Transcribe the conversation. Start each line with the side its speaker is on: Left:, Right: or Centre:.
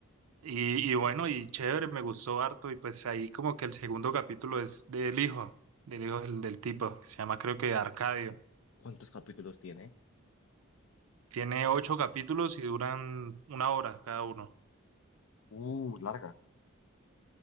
Right: Y, y bueno, y chévere, me gustó harto. Y pues ahí como que el segundo capítulo es del hijo, del hijo del, del tipo, que se llama creo que Arcadio.
Left: <laughs> ¿Cuántos capítulos tiene?
Right: Tiene ocho capítulos y duran una hora cada uno.
Left: Uh, larga,